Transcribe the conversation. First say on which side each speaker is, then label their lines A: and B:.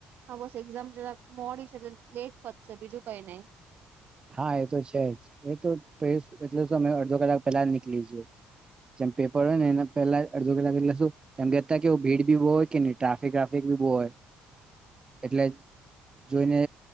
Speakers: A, on the right; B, on the right.
A: હ બસ એામ મોડી છે એ લેટ પશે બીજું કઈ નહી
B: હા એ તો છે જ એ તો એટલે શું અમે અડધો કલાક પેલા નીકળી જીએ જેમ પેપર હોય ને એના પેલા અડધો કલાક એટલે શું કે ગહેતા કે ભીડ ભી બહુ હોય. કે ન ટ્રાફિક વ્રાફિક ભી બહુ હોય. એટલે જોઈને